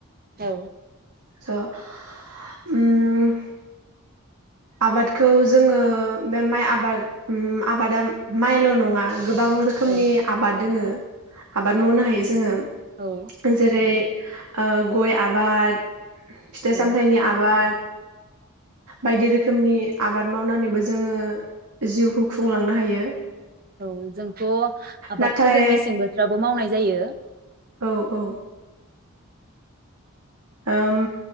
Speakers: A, on the right; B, on the right.
A: औ
B: स' उम आबादखौ जोङो बे माइ आबाद उम आबादा माइल' नङा गोबां रोखोमनि
A: औ
B: आबाद दोङो आबाद मावनो हायो जोङो
A: औ
B: जेरै ओ गय आबाद फिथाइ
A: औ
B: सामथायाइनि आबाद बायदि रोखोम नि आबाद मावनानैबो जोङो जिउखौ खुंलांनो हायो।
A: औ जोंथ'आबादखौ
B: नाथाय
A: जों मेसें बोथोराव मावनाय जायो।
B: औ औ ओम